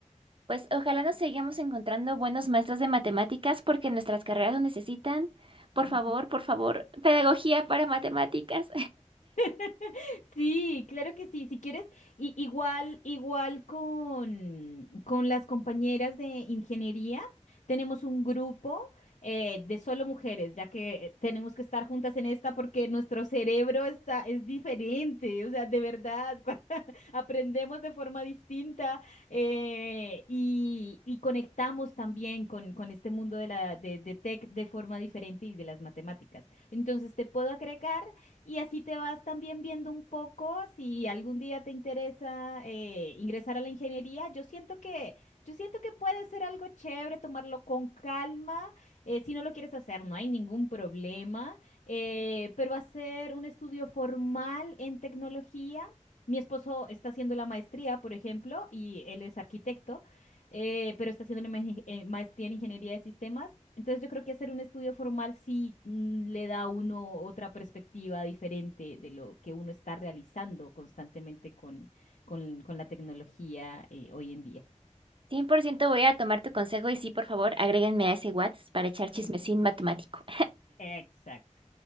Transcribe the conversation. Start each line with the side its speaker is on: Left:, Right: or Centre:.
Right: Pues ojalá nos sigamos encontrando buenos maestros de matemáticas porque nuestras carreras lo necesitan. Por
Left: Ujú.
Right: favor, por favor, pedagogía para matemáticas.
Left: <laughs> Sí, claro que sí, si quieres, i- igual, igual con, con las compañeras de ingeniería, tenemos un grupo eh, de solo mujeres, ya que tenemos que estar juntas en esta porque nuestro cerebro está, es diferente, o sea, de verdad, <laughs> cua- aprendemos de forma distinta eh, y, y conectamos también con, con este mundo de la, de, de tech de forma diferente y de las matemáticas. Entonces, te puedo agregar. Y así te vas también viendo un poco si algún día te interesa eh, ingresar a la ingeniería. Yo siento que, yo siento que puede ser algo chévere tomarlo con calma. eh, si no lo quieres hacer, no hay ningún problema. eh, pero hacer un estudio formal en tecnología. Mi esposo está haciendo la maestría, por ejemplo, y él es arquitecto eh, pero está haciendo la maestri- eh, maestría en ingeniería de sistemas. Entonces yo creo que hacer un estudio formal sí mm, le da a uno otra perspectiva diferente de lo que uno está realizando constantemente con, con- con la tecnología eh, hoy en día.
Right: <laughs> Cien por ciento voy a tomar tu consejo y sí, por favor, agréguenme a ese WhatsApp para echar chismecín
Left: Mm,
Right: matemático.
Left: Exacto.